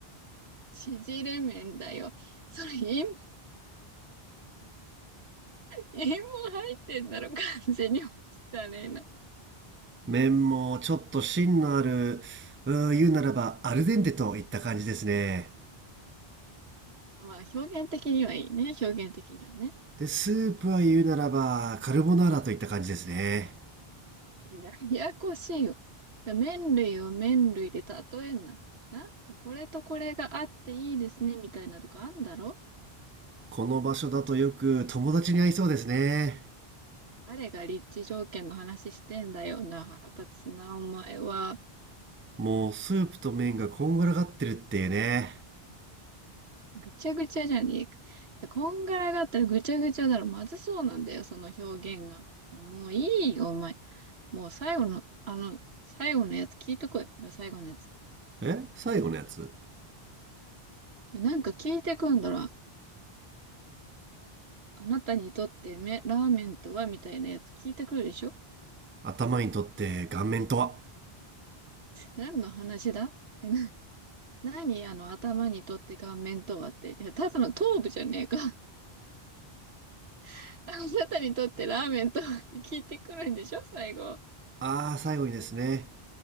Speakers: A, on the right; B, on the right.
A: 縮れ麺だよ。それ塩、塩も入ってんだろ、完全に。汚ねえな。
B: 麺もちょっと芯のある、うー言うならばアルデンテといった感じですね。
A: まあ、表現的にはいいね、表現的にはね。
B: で、スープは言うならばカルボナーラといった感じですね。
A: ややこしいよ。麺類を麺類で例えんな。な、これとこれがあっていいですね、みたいなとかあんだろ
B: この場所だとよく友達に会いそうですね。
A: 誰が立地条件の話してんだよな、腹立つな、お前は。
B: もうスープと麺がこんがらがってるっていうね。
A: ぐちゃぐちゃじゃねえか。こんがらがったらぐちゃぐちゃだろ。まずそうなんだよ、その表現が。いやもういいよ、お前。もう最後の、あの、最後のやつ聞いてこい。最後のやつ。
B: え最後のやつ
A: でなんか聞いてくんだろ。あなたにとってめ、ラーメンとはみたいなやつ聞いてくるでしょ
B: 頭にとって顔面とは
A: 何の話だえ、な、何あの頭にとって顔面とはって。いや、ただの頭部じゃねえか。<laughs> あなたにとってラーメンとはって聞いてくるんでしょ最後。あ
B: ああ、最後にですね。